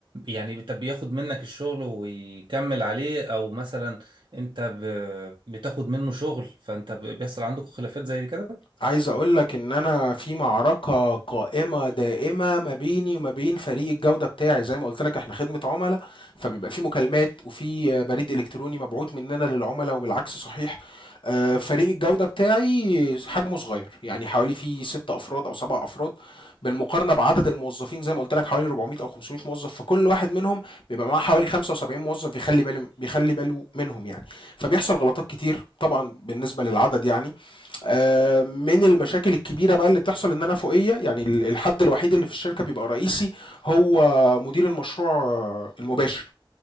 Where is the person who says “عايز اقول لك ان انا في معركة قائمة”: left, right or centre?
Left